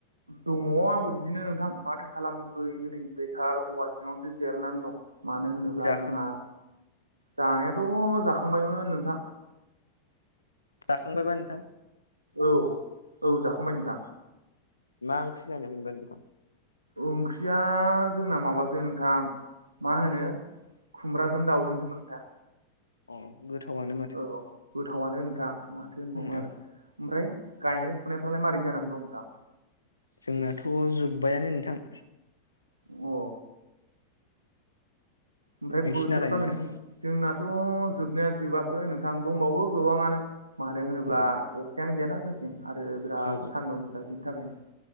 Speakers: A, on the right (about 80°); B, on the left (about 80°).
A: दङ आंबो बिदिनो नोंथां माथो खालाम ओरैनो नै बेखार औवा सिङावसो जेरनानै दं। मानो होनोब्ला
B: जाखां
A: जोंहा जानायाथ' जाखांबायमोन नोंथां।
B: जाखांबायबा नोंथां?
A: औ औ जाखांबाय नोंथां।
B: मा ओंख्रि जानायमोनबा नोंथां।
A: ओंख्रिया जोंना माबासो नोंथां मा होनो खुमब्राजों दाउजोंसोमोन नोंथा।
B: अ। गोथावनो
A: औ गोथावनो नोंथां माथो
B: औ
A: होनबावनो आरो ओमफ्राय गायनाय फुनायफ्रालाय मारै जानानै दं नोंथां?
B: जोंनाथ' जोब्बायानो नोंथां।
A: अ। ओमफ्राय
B: नोंसिनालाय
A: बोथोरफ्रा
B: नोंथां
A: नोंसिनि, जोंनाथ' जोबनाया जोबाखै नोंथां दंबावो गोबाङानो। मानो होनोब्ला
B: अ
A: अखायानो गैयाना जोंथिं आरो बिराद
B: औ
A: सान्दुं गोसा बेनि थाखायनो।